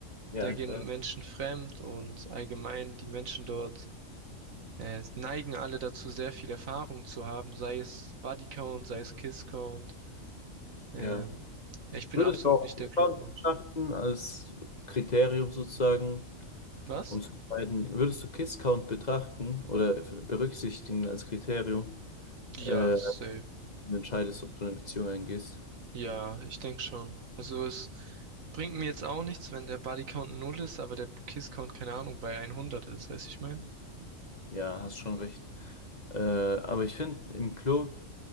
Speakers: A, on the left (about 35°); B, on the right (about 80°).
A: Ja,
B: Da gehen
A: ich weiß.
B: Menschen fremd und allgemein die Menschen dort äh, neigen alle dazu, sehr viel Erfahrung zu haben, sei es Bodycount, sei es Kisscount. Ähm,
A: Ja.
B: ich bin
A: Würdest
B: absolut
A: du auch
B: nicht
A: Kiss-Count
B: der Clubmensch.
A: betrachten als Kriterium sozusagen,
B: Was?
A: um zu entscheiden, würdest du Kiss-Count betrachten oder f- berücksichtigen als Kriterium,
B: Ja,
A: äh,
B: safe.
A: wenn du entscheidest, ob du eine Beziehung eingehst?
B: Ja, ich denke schon. Also es bringt mir jetzt auch nichts, wenn der Bodycount null ist, aber der Kisscount, keine Ahnung, bei 100 ist, weiß ich mein.
A: Ja, hast schon recht. Äh, aber ich finde, im Club